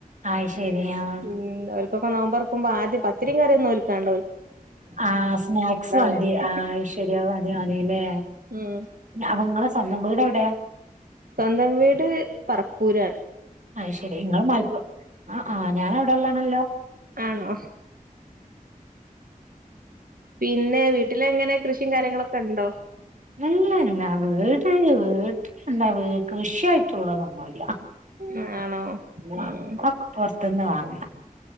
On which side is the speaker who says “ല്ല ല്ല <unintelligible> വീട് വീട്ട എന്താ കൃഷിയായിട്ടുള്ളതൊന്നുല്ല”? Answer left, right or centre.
Right